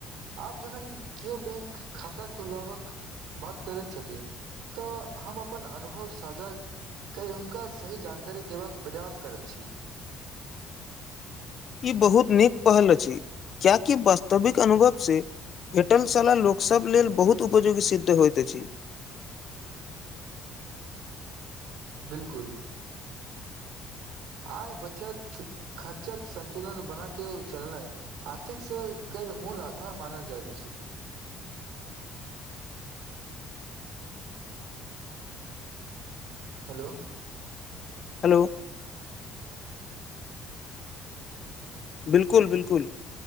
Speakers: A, on the right; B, on the left.
A: आप जखन केओ बैंक खाता खुलबबाक बात करे छथि तऽ हम अपन अनुभव साझा हुनका सही जानकारी देबबाक प्रयास करैत छी। <inaudible>
B: ई बहुत नीक पहल अछि कियाकि वास्तविक अनुभव से भेटल साला लोकसब लेल बहुत उपयोगी सिद्ध होइत अछि
A: बिल्कुल आय बचत खर्चक संतुलन बना क चलना ह आर्थिक से कर मूल आधार मानल जाइत छै हेलो
B: हेलो बिल्कुल बि्लकुल